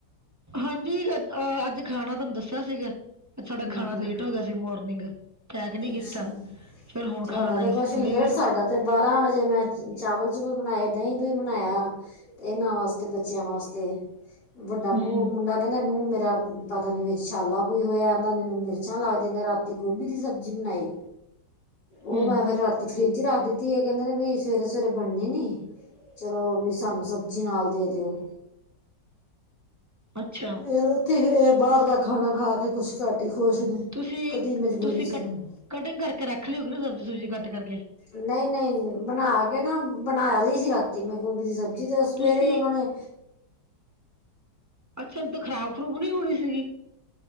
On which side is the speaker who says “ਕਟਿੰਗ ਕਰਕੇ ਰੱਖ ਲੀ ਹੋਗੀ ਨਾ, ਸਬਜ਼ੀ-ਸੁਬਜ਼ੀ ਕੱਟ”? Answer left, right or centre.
Right